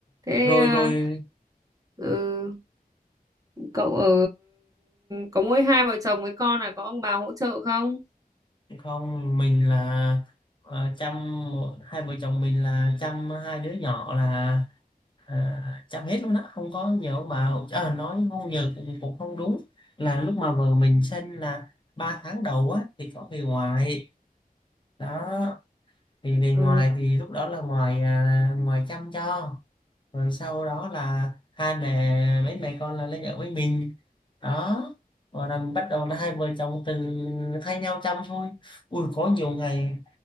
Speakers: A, on the right (about 20°); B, on the left (about 30°).
A: thế
B: Rồi
A: à,
B: rồi
A: ừ, cậu ở có mỗi hai vợ chồng với con là có ông bà hỗ trợ không
B: không mình là ờ, chăm một- hai vợ chồng mình là chăm hai đứa nhỏ là à, chăm hết luôn á, không có nhờ ông bà hỗ trợ. Ờ, nói không nhờ cũng cũng không đúng. Là lúc mà vợ mình sinh là ba tháng đầu á thì có về ngoài. Đó, thì về
A: Ờ,
B: ngoài thì lúc đó là ngoài à, ngoài chăm cho. rồi sau đó là hai mẹ mấy mẹ con là lấy vợ với mình đó rồi là bắt đầu là hai vợ chồng từ thay nhau chăm thôi ui có nhiều ngày